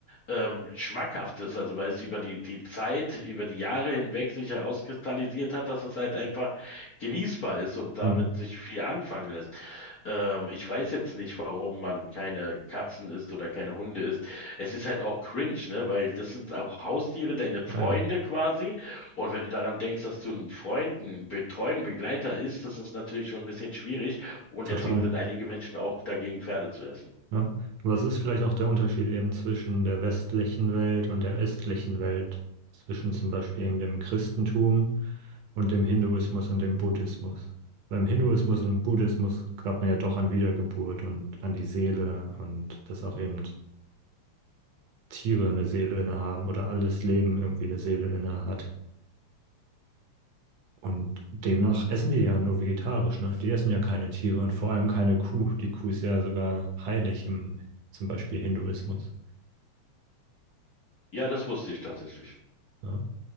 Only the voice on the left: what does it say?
ähm, schmackhaft ist, also weil es über die, die Zeit, über die Jahre hinweg sich herauskristallisiert hat, dass es halt einfach genießbar ist und damit
sich viel anfangen lässt. Ähm, ich weiß jetzt nicht, warum man keine Katzen isst oder keine Hunde isst. Es ist halt auch cringe, ne? Weil das sind auch Haustiere, deine Freunde
quasi. Und wenn du daran denkst, dass du einen Freund, einen betreuen Begleiter isst, das ist natürlich schon ein bisschen schwierig. Und
deswegen sind einige Menschen auch dagegen, Pferde zu essen.
Ja, das wusste ich tatsächlich.